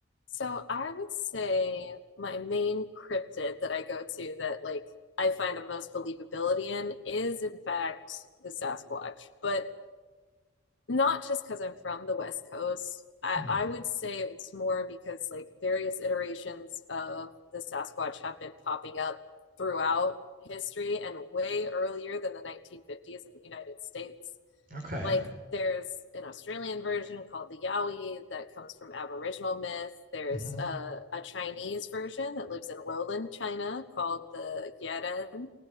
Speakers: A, on the left (about 80°); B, on the right (about 50°).
A: So I would say my main cryptid that I go to that like I find the most believability in is in fact the Sasquatch. But not just because I'm from the West Coast. I,
B: Hmm,
A: I would say it's more because like various iterations of the Sasquatch have been popping up throughout history and way earlier than the 1950s in the United States.
B: okay.
A: Like there's an Australian version called the Yowie that comes from Aboriginal myth. There's
B: hmm
A: a, a Chinese version that lives in lowland China called the Yeren.